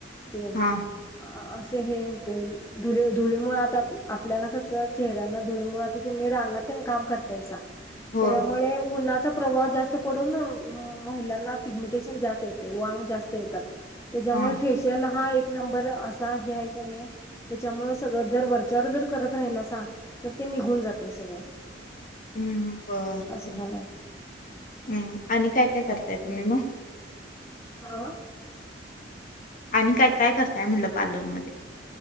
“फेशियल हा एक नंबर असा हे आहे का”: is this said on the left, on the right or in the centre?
Left